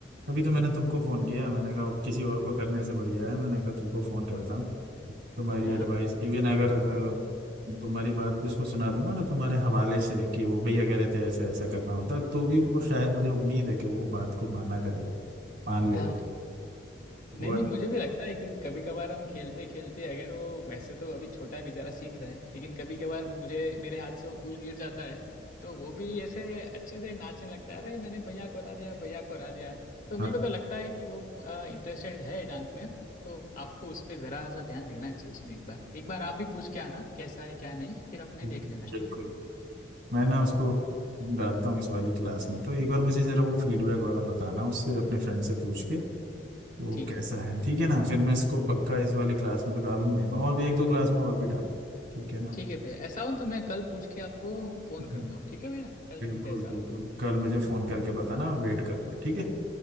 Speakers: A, on the right (about 75°); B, on the left (about 45°).
A: अभी तो मैंने तुमको फोन किया मैंने कहा अब किसी और को करने से बढ़िया है मैंने कहा तुमको फोन करता हूँ तुम्हारी
B: हाँ
A: एडवाइस इवन अगर अ, तुम्हारी बात भी उसको सुना दूंगा ना तुम्हारे हवाले से कि वो भैया कह रहे थे ऐसा ऐसा करना होता तो भी वो शायद मुझे उम्मीद है कि वो बात को माना करेगा मान लेता
B: हाँ
A: वो
B: नहीं नहीं मुझे भी लगता है क्योंकि कभी कभार हम खेलते खेलते अगर वो वैसे तो अभी छोटा है बेचारा सीख रहा है लेकिन कभी कभार मुझे मेरे हाथ से वो फूल गिर जाता है तो वो भी ऐसे अच्छे से नाचने लगता है अरे मैंने भैया को हरा दिया भैया को हरा दिया तो मेरे
A: हाँ
B: को तो लगता है कि वो इंटरेस्टेड है डांस में तो आपको उस पर जरा सा ध्यान देना चाहिए उसमें एक बार एक बार आप भी पूछ के आना कैसा है क्या नहीं फिर अपने
A: बिल्कुल
B: देख लेना ठीक
A: बिल्कुल।
B: है
A: मैं ना उसको डालता हूँ इस वाली क्लास में तो एक बार मुझे जरा वो फीडबैक वाला बताना उससे अपने फ्रेंड से पूछ के तो
B: ठीक
A: कैसा
B: है
A: है ठीक है ना फिर मैं इसको पक्का इस वाले क्लास में तो डालूंगा ही मैं और भी एक दो क्लास में और भी डालूंगा ठीक है ना
B: ठीक है भैया ऐसा हो तो मैं कल पूछ के आपको फोन
A: हम्म,
B: करता हूँ ठीक है भैया कल
A: बिल्कुल
B: मिलते हैं ऐसा
A: बिल्कुल
B: हो तो
A: कल मुझे फोन करके बताना वेट करूंगा ठीक है